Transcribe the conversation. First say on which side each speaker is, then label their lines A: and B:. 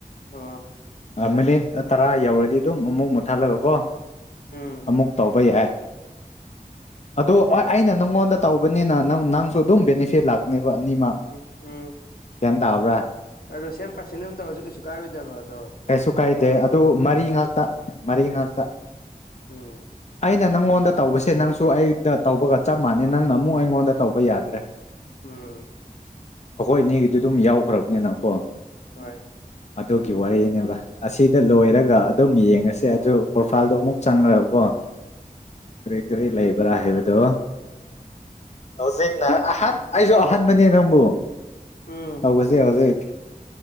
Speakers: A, on the left; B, on the left.
A: ꯑꯣ
B: ꯃꯤꯅꯤꯠ ꯇꯔꯥ ꯌꯧꯔꯗꯤ ꯑꯗꯨꯝ ꯑꯃꯨꯛ ꯃꯨꯠꯊꯠꯂꯒꯀꯣ
A: ꯎꯝ
B: ꯑꯃꯨꯛ ꯇꯧꯕ ꯌꯥꯏ ꯑꯗꯨ
A: ꯏꯃꯥꯏ ꯄꯦꯝꯃ
B: ꯑꯩꯅ ꯅꯪꯉꯣꯟꯗ ꯇꯧꯕꯅꯤꯅ ꯅꯪ ꯅꯪꯁꯨ ꯑꯗꯨꯝ ꯕꯦꯅꯤꯐꯤꯠ ꯂꯥꯛꯀꯅꯦꯕ ꯑꯅꯤꯃꯛ
A: ꯎꯝ ꯎꯝ
B: ꯒ꯭ꯌꯥꯟ ꯇꯥꯕ꯭ꯔꯥ
A: ꯑꯗꯣ ꯁꯦꯝ ꯄꯥꯔꯁꯦꯟ ꯑꯃ ꯇꯧꯔꯁꯨ ꯀꯩꯁꯨ ꯀꯥꯔꯣꯏꯗꯕ ꯑꯗꯣ
B: ꯀꯩꯁꯨ ꯀꯥꯏꯗꯦ
A: ꯑꯗꯨꯏ ꯋꯥꯅꯤ
B: ꯑꯗꯨ ꯃꯔꯤ ꯉꯥꯛꯇ ꯃꯔꯤ ꯉꯥꯛꯇ
A: ꯎꯝ
B: ꯑꯩꯅ ꯅꯪꯉꯣꯟꯗ ꯇꯧꯕꯁꯦ ꯅꯪꯁꯨ ꯑꯩꯗ ꯇꯧꯕꯒ ꯆꯞ ꯃꯥꯟꯅꯩ ꯅꯪꯅ ꯑꯃꯨꯛ ꯑꯩꯉꯣꯟꯗ ꯇꯧꯕ ꯌꯥꯗ꯭ꯔꯦ
A: ꯎꯝ
B: ꯑꯩꯈꯣꯏꯅꯦꯒꯤꯗꯤ ꯑꯗꯨꯝ ꯌꯥꯎꯈ꯭ꯔꯕꯅꯤꯅꯀꯣ
A: ꯍꯣꯏ
B: ꯑꯗꯨꯒꯤ ꯋꯥꯔꯤꯅꯤ ꯕ ꯑꯁꯤꯗ ꯂꯣꯏꯔꯒ ꯑꯗꯨꯝ ꯌꯦꯡ ꯉꯁꯦꯗꯤ ꯑꯗꯨ ꯄ꯭ꯔꯣꯐꯥꯏꯜꯗꯣ ꯑꯃꯨꯛ ꯆꯪꯉꯀꯣ ꯀꯔꯤ ꯀꯔꯤ ꯂꯩꯥ ꯕ ꯍꯥꯏꯕꯗꯣ ꯍꯧꯖꯤꯛꯅ ꯑꯍꯥꯟꯕ ꯑꯩꯁꯨ ꯑꯍꯥꯟꯕ ꯕꯅꯦ ꯅꯪꯕꯨ
A: ꯎꯝ
B: ꯇꯧꯕꯁꯦ ꯍꯧꯖꯤꯛ